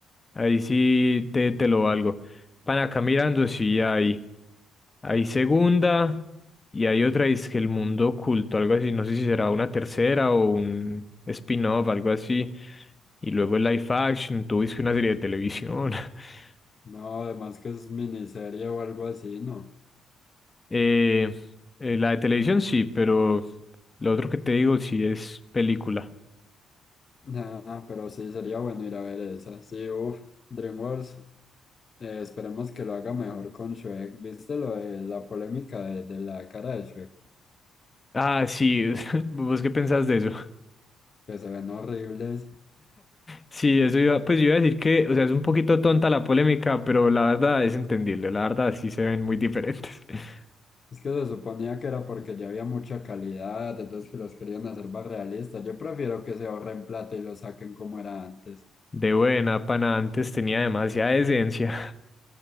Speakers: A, on the left (about 25°); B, on the left (about 40°).
A: Ahí sí te, te lo valgo. Van acá mirando, sí, hay, hay segunda y hay otra, es que el mundo oculto, algo así. No sé si será una tercera o un spin-off, algo así. Y luego el live action, tú viste una serie de televisión. <laughs>
B: No, además que es miniserie o algo así, ¿no?
A: Eh, eh, la de televisión sí, pero lo otro que te digo sí es película.
B: Nah, pero sí sería bueno ir a ver esa. Sí, uff, DreamWorks, eh, esperemos que lo haga mejor con Shrek. ¿Viste lo de la polémica de, de la cara de Shrek?
A: Ah, sí, <laughs> ¿vos qué pensás de eso?
B: Que se ven horribles.
A: Sí, eso iba, pues yo iba a decir que, o sea, es un poquito tonta la polémica, pero la verdad es entendible, la verdad sí se ven muy diferentes. <laughs>
B: Es que se suponía que era porque ya había mucha calidad, entonces que los querían hacer más realistas. Yo prefiero que se ahorren plata y lo saquen como era antes.
A: De buena, pana, antes tenía demasiada esencia.